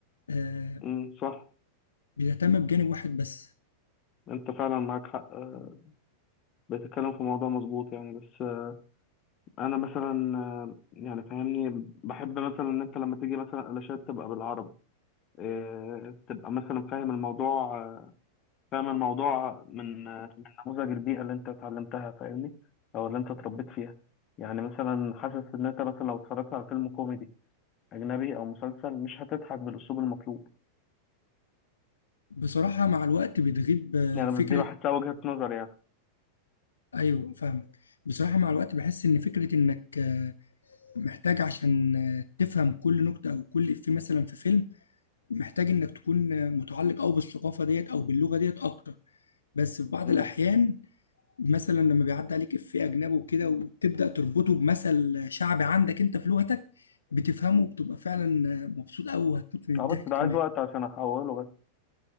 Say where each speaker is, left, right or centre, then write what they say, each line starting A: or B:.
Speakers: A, on the left (about 70°); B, on the left (about 30°).
A: آه،
B: مم، صح
A: بيهتم بجانب واحد بس
B: أنت فعلا معاك حق آه، بتتكلم في موضوع مظبوط يعني بس آه، أنا مثلا آه، يعني فاهمني بحب مثلا إن أنت لما تيجي مثلا علاشات تبقى بالعربي آه، تبقى مثلا فاهم الموضوع آه، فاهم الموضوع من من نموذج البيئة اللي انت اتعلمتها فاهمني او اللي انت اتربيت فيها يعني مثلا حاسس ان انت مثلا لو اتفرجت على فيلم كوميدي اجنبي او مسلسل مش هتضحك بالاسلوب المطلوب
A: بصراحة مع الوقت بتغيب آه،
B: يعني
A: فكرة
B: دي بحسها وجهة نظر يعني
A: ايوه فاهمك بصراحه مع الوقت بحس ان فكره انك آه، محتاج عشان آه، تفهم كل نكته او كل افيه مثلا في فيلم محتاج انك تكون آه، متعلق او بالثقافه ديت او باللغه ديت اكتر بس في بعض
B: امم
A: الاحيان مثلا لما بيعدي عليك افيه اجنبي وكده وتبدا تربطه بمثل شعبي عندك انت في لغتك بتفهمه وبتبقى فعلا آه، مبسوط قوي وهتموت من الضحك
B: اه بس ده
A: كمان
B: عايز وقت عشان احوله بس